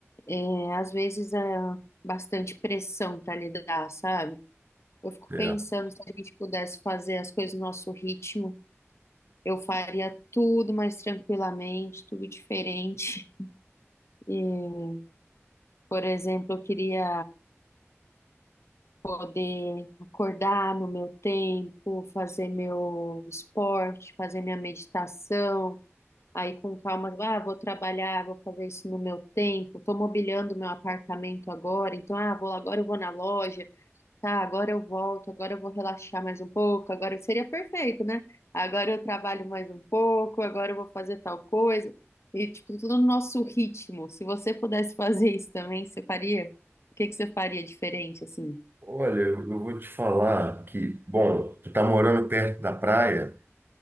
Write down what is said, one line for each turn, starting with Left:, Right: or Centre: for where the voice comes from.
Left: É, às vezes é bastante pressão para lidar, sabe? Eu fico
Right: É.
Left: pensando se a gente pudesse fazer as coisas no nosso ritmo, eu faria tudo mais tranquilamente, tudo diferente. E, por exemplo, eu queria poder acordar no meu tempo, fazer meu esporte, fazer minha meditação. Aí com calma, ah, vou trabalhar, vou fazer isso no meu tempo. Estou mobiliando meu apartamento agora, então ah, vou agora eu vou na loja. tá, agora eu volto, agora eu vou relaxar mais um pouco, agora seria perfeito, né? Agora eu trabalho mais um pouco, agora eu vou fazer tal coisa. E, tipo, tudo no nosso ritmo. Se você pudesse fazer isso também, você faria? O que que você faria diferente, assim?
Right: Olha, eu eu vou te falar que, bom, tu tá morando perto da praia,